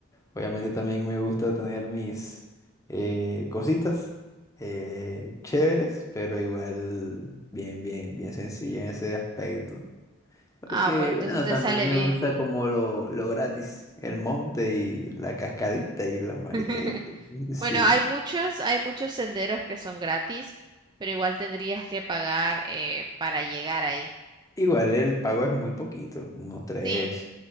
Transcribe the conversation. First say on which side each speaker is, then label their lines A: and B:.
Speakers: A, on the left (about 15°); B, on the right (about 20°).
A: Obviamente también me gusta tener mis eh, cositas eh, chéveres, pero igual bien, bien, bien sencillo en ese aspecto. Porque,
B: Ah, pues entonces
A: bueno,
B: te
A: también
B: sale
A: me
B: bien.
A: gusta como lo, lo gratis, el monte y la cascadita y la maricadita.
B: <laughs>
A: Sí.
B: Bueno, hay muchos, hay muchos senderos que son gratis, pero igual tendrías que pagar eh, para llegar ahí.
A: Igual el pago es muy poquito, unos tres,
B: Sí,